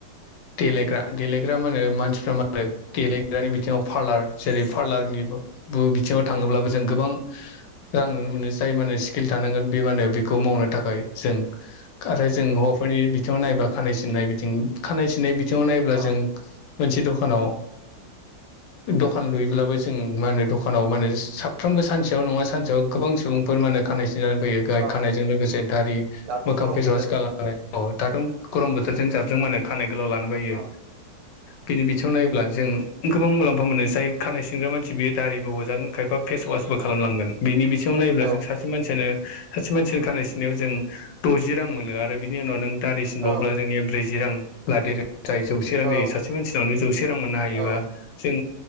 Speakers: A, on the left; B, on the right.
A: देलायग्रा देलायग्रा मानो मानसिफ्रा आ जाय देलायग्रानि बिथिङाव पार्लार जेरै पार्लारनिबो बुं बिथिङाव थाङोब्लाबो जों गोबां रां नुनो मोनो जाय मानो स्किल थानांगोन बे मा होनो बेखौ मावनो थाखाय जों आरो जों हौवाफोरनि बि बिथिङाव नायबा खानाय सिननाय बिथिं खानाय सिननाय बिथिङाव नायब्ला
B: औ
A: जों मोनसे दखान खानाव दखान लुयोब्लाबो जों मा होनो दखानाव मा होनो साफ्रोमबो सानसेयाव नङा सानसेयाव गोबां सुबुंफोर मा होनो खानाय सिनजानो फैयो दाय
B: औ
A: खानायजों लोगोसे दारि
B: दाथ'
A: मोखां
B: गरम
A: फेसवास
B: बोथोर
A: खालामनायफोराव दाथ' गरम बोथोरजों
B: औ
A: जाबजों माने खानाय गोलाव लानो बायो
B: औ
A: बिनि थिं नायोब्ला जों गोबां मुलाम्फा मोनो जाय खानाय सिनग्रा मानसि बियो दारिबो हजागोन खायफा फेसवास
B: उम
A: बो खालामलांगोन बेनि बिथिङाव नायोब्ला
B: औ
A: जों सा सा मानसियानो सासे मानसिनो खानाय सिनायाव जों द'जि रां मोनो आरो बिनि उनाव नों दारि सिनबावब्ला
B: औ
A: जोंनिया ब्रैजि रां लादेर जायो जौसे रां
B: औ
A: जायो सासे मानसि बेयावनो जौसे रां मोननो हायो
B: औ
A: बा जों